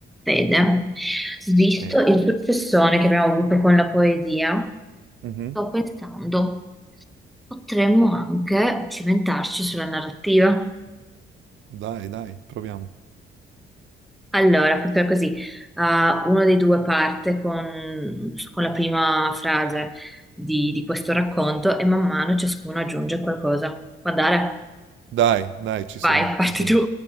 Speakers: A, in the centre; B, on the right (about 70°).
A: Fede, visto
B: Eh,
A: il successone che abbiamo avuto con la poesia,
B: mhm.
A: sto pensando, potremmo anche cimentarci sulla narrativa.
B: Dai, dai, proviamo.
A: Allora, facciamo così, eh, uno dei due parte con, con la prima frase di, di questo racconto e man mano ciascuno aggiunge qualcosa. Può andare?
B: Dai, dai, ci sono,
A: Vai, parti
B: ci sono.
A: tu.